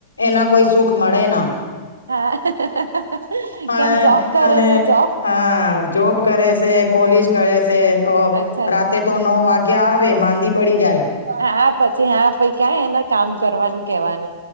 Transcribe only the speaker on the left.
એના
કોઈ સુખ મળે ના.
પણે
અને
અહ જોબ કરે સે કોલેજ કરે છે. તો
રાતે
તો નવ વાગ્યા આવે માંદી પડી જાય.